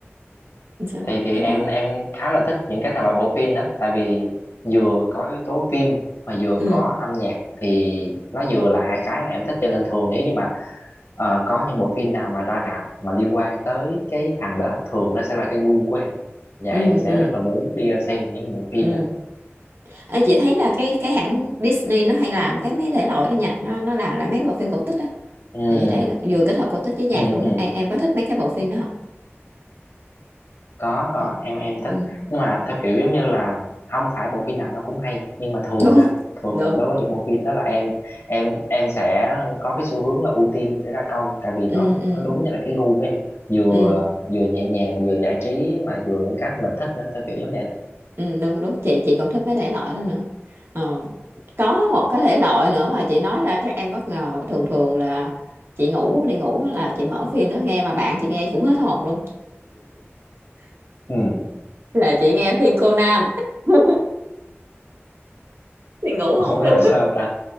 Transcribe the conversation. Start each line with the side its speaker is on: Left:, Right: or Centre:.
Right: sao-
Left: thì thì
Right: cái
Left: em
Right: đó
Left: em khá là thích những cái thể loại bộ phim đó tại vì vừa có yếu tố phim mà vừa
Right: ừ.
Left: có âm nhạc thì nó vừa là hai cái mà em thích cho nên thường nếu như mà ờ, có những bộ phim nào mà ra rạp mà liên quan tới cái thằng đó thường nó sẽ là cái gu của em và
Right: Ừ.
Left: em sẽ
Right: Ừ.
Left: rất là muốn đi ra xem những bộ phim
Right: Ừ.
Left: đó
Right: Ê, chị thấy là cái cái hãng Disney nó hay làm cái mấy thể loại đó nha nó nó làm lại mấy bộ phim cổ tích á
Left: ừ
Right: thì chị thấy vừa kết hợp cổ tích với nhạc
Left: ừ
Right: luôn
Left: ừ
Right: đó em em có thích mấy cái bộ phim đó không
Left: có có
Right: Có.
Left: em em thích
Right: ừ.
Left: nhưng mà theo kiểu giống như là không phải bộ phim nào nó cũng hay nhưng mà thường
Right: đúng
Left: á
Right: <laughs>
Left: thường
Right: đúng
Left: là đối với những bộ phim đó là em em em sẽ có cái xu hướng là ưu tiên để ra coi tại vì
Right: ừ,
Left: nó
Right: ừ,
Left: nó đúng như là cái gu của em vừa
Right: ừ,
Left: vừa nhẹ nhàng vừa giải trí mà vừa những cái mình thích nữa theo kiểu giống vậy đó.
Right: ừ, đúng đúng chị chị còn thích mấy thể loại đó nữa ờ. có một cái thể loại nữa mà chị nói ra chắc em bất ngờ thường thường là chị ngủ đi ngủ á là chị mở phim đó nghe mà bạn chị nghe cũng hết hồn luôn
Left: ừ
Right: là chị nghe phim Conan <laughs> thì ngủ không
Left: ủa
Right: được
Left: là sao ta